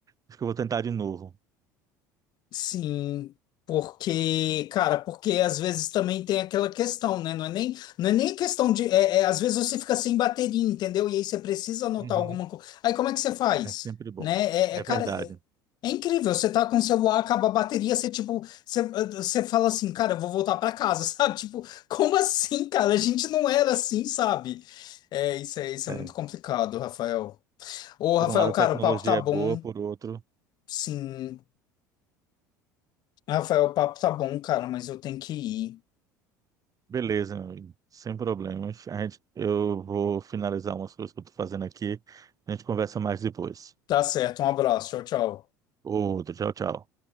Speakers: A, on the right; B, on the left.
A: acho que eu vou tentar de novo.
B: Sim, porque, cara, porque às vezes também tem aquela questão, né? Não é nem, não é nem questão de. É, é, às vezes você fica sem bateria, entendeu? E aí você precisa anotar
A: Uhum.
B: alguma coisa. Aí como é que você faz?
A: É sempre bom.
B: Né?
A: É
B: É, é, cara,
A: verdade.
B: é, é incrível. Você tá com o celular, acaba a bateria, você tipo, você, eh, você fala assim, cara, eu vou voltar pra casa, <laughs> sabe? Tipo, como assim, cara? A gente não era assim, sabe? É, isso é, isso
A: É.
B: é muito complicado, Rafael. Ô,
A: Por
B: Rafael,
A: um lado,
B: cara,
A: a tecnologia
B: o papo tá bom.
A: é boa, por outro,
B: Sim, Rafael, o papo tá bom, cara, mas eu tenho que ir.
A: beleza, meu amigo. Sem problemas. A gente, eu vou finalizar umas coisas que eu tô fazendo aqui. A gente conversa mais depois.
B: Tá certo, um abraço, tchau, tchau.
A: Outro, tchau, tchau.